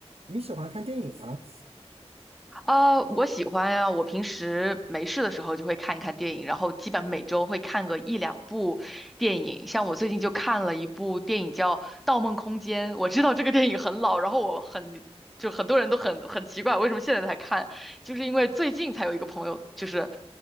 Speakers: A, on the right (about 65°); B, in the centre.
A: 你喜欢看电影吗？
B: 啊，我喜欢呀、我平时没事的时候就会看一看电影，然后基本每周会看个一两部电影。像我最近就看了一部电影叫《盗梦空间》，我知道这个电影很老，然后我很就很多人都很很奇怪为什么现在才看，就是因为最近才有一个朋友就是